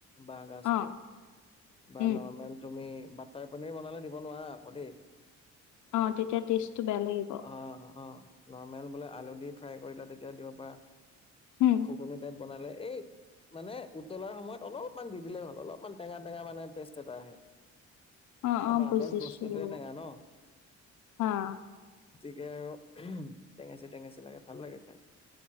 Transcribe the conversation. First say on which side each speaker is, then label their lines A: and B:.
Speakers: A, on the left; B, on the left.
A: বাঁহ গাজটো,
B: অ',
A: বা
B: উম,
A: নৰ্মেল তুমি টাই পনীৰ বনালে দিব নোৱাৰা আকৌ দেই।
B: অ' তেতিয়া টেষ্টটো বেয়া লাগিব।
A: অ', অ', নৰ্মেল বোলে আলু দি ফ্ৰাই কৰিলো তেতিয়া দিব পাৰা,
B: উম,
A: ঘুগুনি টাইত বনালে এই মানে উতলাৰ সময়ত অলপ অলমান দি দিলেই ভাল অলপমান টেঙা টেঙা মানে টেষ্ট এটা আহে।
B: অ',
A: আ
B: অ',
A: বাঁগাজ
B: বুজিছোঁ।
A: বস্তুতেটেঙা ন,
B: হা।
A: আৰু টেঙাচি টেঙাচি লাগে ভাল লাগে খাই।